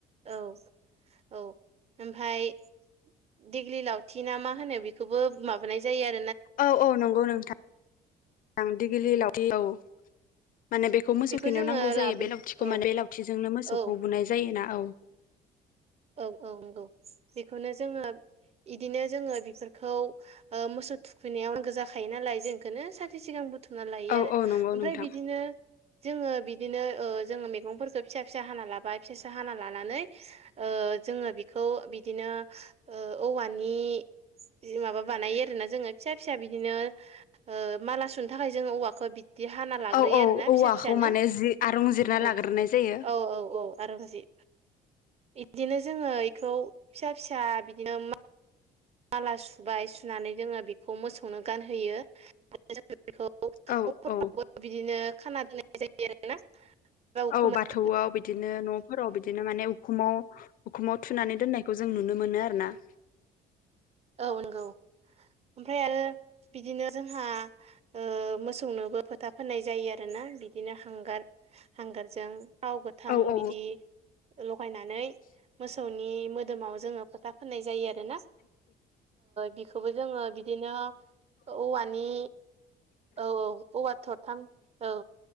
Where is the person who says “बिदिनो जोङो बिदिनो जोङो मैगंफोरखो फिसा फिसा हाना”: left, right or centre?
Right